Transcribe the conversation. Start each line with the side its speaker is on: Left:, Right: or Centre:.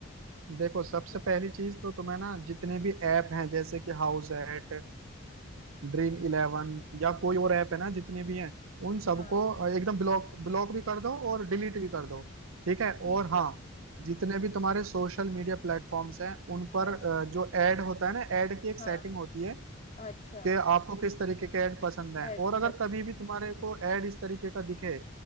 Right: देखो सबसे
Left: कुछ
Right: पहली चीज तो तुम्हें ना जितने भी ऐप हैं जैसे कि हाउस एट ड्रीम इलेवन या कोई और ऐप है ना जितने भी हैं उन सबको
Left: हाँ
Right: एकदम ब्लॉक ब्लॉक भी कर दो और डिलीट भी कर दो ठीक है
Left: ठीक
Right: और हाँ
Left: है
Right: जितने भी तुम्हारे सोशल मीडिया प्लेटफॉर्म्स हैं उन पर
Left: हाँ
Right: अ, जो ऐड होता है ना ऐड की एक
Left: हाँ
Right: सेटिंग होती है
Left: अच्छा
Right: कि आपको किस तरीके के ऐड पसंद है
Left: एड
Right: और अगर
Left: पसंद
Right: कभी भी तुम्हारे को ऐड इस तरीके का दिखे